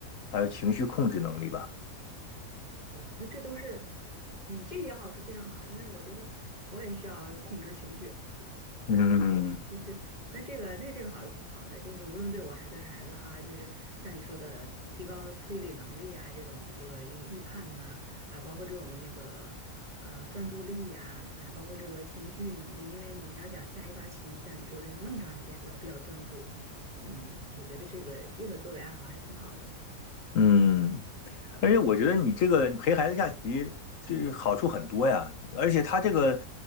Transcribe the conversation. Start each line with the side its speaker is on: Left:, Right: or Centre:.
Left: 还有情绪控制能力吧。
Right: 哦，那这都是，嗯，这也好处非常好，因为我觉得我也需要控制情绪，
Left: 嗯
Right: 就是那这个那这个好是挺好的，就是无论对我还对孩子哈，就是像你说的提高推理能力啊，这种这个因为预判呐、还包括这种那个呃专注力呀、还包括这个情绪能力，因为你要想下一盘棋，像你说的要那么长时间都要比较专注，嗯，我觉得这个这个作为爱好还挺好的。
Left: 嗯，而且我觉得你这个陪孩子下棋是好处很多呀，而且他这个